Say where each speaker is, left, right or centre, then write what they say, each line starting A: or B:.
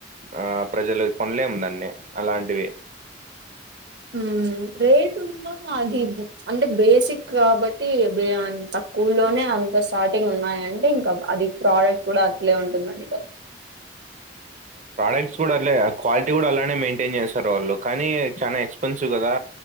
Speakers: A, on the right; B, on the right.
A: ఆ ప్రజలు కొనలేము దాన్ని అలాంటివి
B: ఉమ్మ్ రేట్ ఉన్నా అది అంటే బేసిక్ కాబట్టి తక్కువల్లోనే అంత స్టార్టింగ్ ఉన్నాయింటే ఇంక అది ప్రోడక్ట్ కూడా అట్లే ఉంటుందండి కదా
A: ప్రోడక్ట్స్ కూడా అట్లే క్వాలిటీ కూడా అలానే మెయింటైన్ చేస్తారు వాళ్ళు కానీ చానా ఎక్స్ న్సివ్ కదా